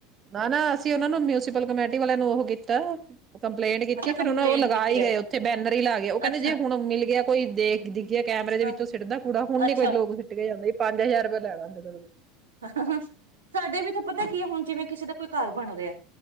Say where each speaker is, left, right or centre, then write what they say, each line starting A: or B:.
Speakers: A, on the right; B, on the right.
A: ਨਾ ਨਾ ਅਸੀਂ ਉਹਨਾਂ ਨੂੰ ਮਿਲ ਉਸੀਪਲ ਕਮੇਟੀ ਵਾਲਿਆਂ ਨੂੰ ਉਹ ਕੀਤੀ। ਤਾਂ ਕੰਪਲੇਂਟ ਕੀਤੀ
B: ਅੱਛਾ
A: ਫੇਰ
B: ਕੰਪਲੇਨ
A: ਉਹਨਾਂ ਉਹ ਲਗਾ
B: ਕੀਤੀ
A: ਹੀ
B: ਹੈ
A: ਗਏ ਉੱਥੇ ਬੈਨਰ ਹੀ ਲਾਏ ਉਹ ਕਹਿੰਦੇ
B: ਅੱਛਾ
A: ਜੇ ਹੁਣ ਮਿਲ ਗਿਆ ਕੋਈ ਦੇਖ ਦੀ ਕੈਮਰੇ ਦੇ ਵਿੱਚੋਂ
B: ਹਾਂ
A: ਸਿੱਟਦਾ ਕੂੜਾ ਹੁਣੀ
B: ਅੱਛਾ
A: ਕੋਈ ਲੋਕ ਸੁਟ ਕੇ ਜਾਂਦੇ ਪੰਜ ਹਜ਼ਾਰ ਰੁਪਏ ਲੈ ਲਾਗੇ।
B: ਹਾਂ ਸਾਡੇ ਵਿੱਚ ਪਤਾ ਕੀ ਹੈ ਹੁਣ ਜਿਵੇਂ ਕਿਸੇ ਤੋਂ ਕੋਈ ਘਰ ਬਣ ਰਿਹਾ।